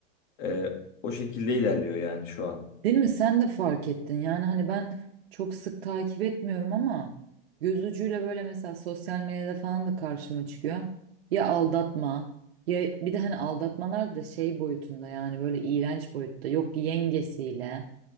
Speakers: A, on the left; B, on the right.
A: E, o şekilde ilerliyor yani şu an.
B: değil mi sen de fark ettin yani hani ben çok sık takip etmiyorum ama göz ucuyla böyle mesela sosyal medyada falan da karşıma çıkıyor ya aldatma ya bir de hani aldatmalar da şey boyutunda yani böyle iğrenç boyutta yok yengesiyle